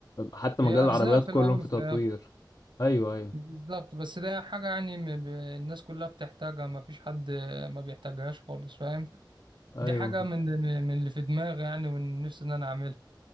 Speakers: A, on the left; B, on the right.
A: حتى
B: هي
A: مجال
B: ارزاق
A: العربيات
B: في
A: كلهم
B: الاول
A: في
B: وفي
A: تطوير
B: الاخر
A: ايوه ايوه
B: بالظبط بس ده حاجه يعني م- ب- الناس كلها بتحتاجها ما فيش حد ما بيحتاجهاش خالص فاهم
A: ايوه
B: دي حاجه من من اللي في دماغي يعني ونفسي ان انا اعملها